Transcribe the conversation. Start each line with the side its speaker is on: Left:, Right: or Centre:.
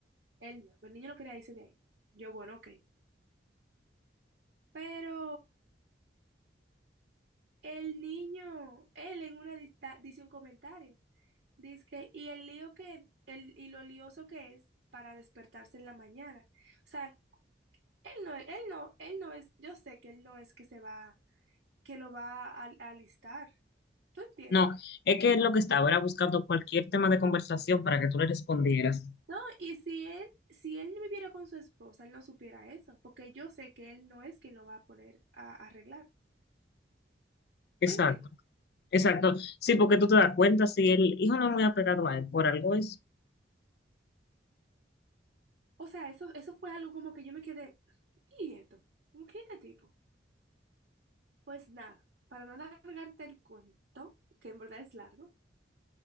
Right: Él no, el niño no quería irse de ahí. Yo, bueno, ok. Pero el niño, él en una dista- dice un comentario. Dice que, y el lío que, el, y lo lioso que es para despertarse en la mañana. O sea, él no, él no, él no es, yo sé que él no es que se va, que lo va a, a alistar. ¿Tú entiendes?
Left: No, es que lo que estaba era buscando cualquier tema de conversación para que tú le respondieras.
Right: No, y si él, si él no viviera con su esposa, él no supiera eso, porque yo sé que él no es quien lo va a poner a, a arreglar.
Left: Exacto.
Right: ¿Tú entiendes?
Left: Exacto. Sí, porque tú te das cuenta, si el hijo no es muy apegado a él, por algo es
Right: O sea, eso, eso fue algo como que yo me quedé, ¿y esto? ¿Cómo que este tipo? Pues nada, para no alargarte el cuento, que en verdad es largo,